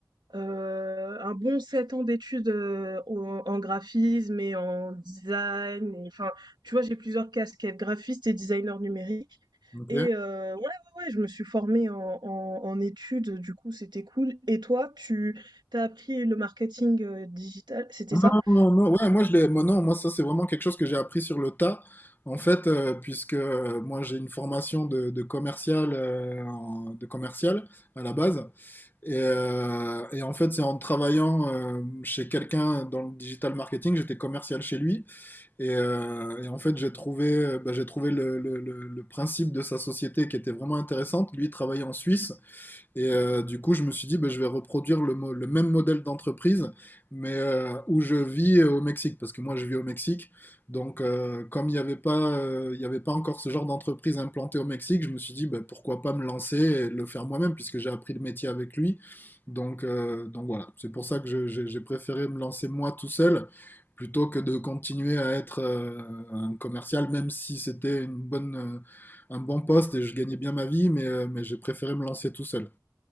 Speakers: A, on the right; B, on the left.
A: euh, un bon sept ans d'études euh, en, en graphisme et en design. Et, enfin, tu vois, j'ai plusieurs casquettes, graphiste et designer numérique.
B: Ok.
A: Et heu, ouais, ouais, ouais, je me suis formée en en en études, du coup, c'était cool. Et toi, tu t'as appris le marketing, heu, digital, c'était
B: Non,
A: ça?
B: non, non,
A: En
B: ouais, moi, je l'ai, moi, non, moi, ça, c'est vraiment quelque chose que j'ai appris sur le tas, en fait, euh, puisque euh, moi, j'ai une formation de, de commercial, euh, en- de commercial à la base, et, euh, et en fait, c'est en travaillant euh, chez quelqu'un dans le digital marketing, j'étais commercial chez lui, Et, euh, et en fait, j'ai trouvé, euh, bah, j'ai trouvé le, le- le- le principe de sa société qui était vraiment intéressante. Lui, il travaillait en Suisse et euh, du coup, je me suis dit, bah, je vais reproduire le, mo- le même modèle d'entreprise, mais euh, où je vis euh, au Mexique, parce que moi, je vis au Mexique. Donc, euh, comme il n'y avait pas, euh, il y avait pas encore ce genre d'entreprise implantée au Mexique, je me suis dit, bah, pourquoi pas me lancer et le faire moi-même, puisque j'ai appris le métier avec lui. Donc, euh, donc voilà, c'est pour ça que je- j'ai j'ai préféré me lancer moi tout seul plutôt que de continuer à être euh, un commercial, même si c'était une bonne, euh, un bon poste et je gagnais bien ma vie, mais, euh, mais j'ai préféré me lancer tout seul.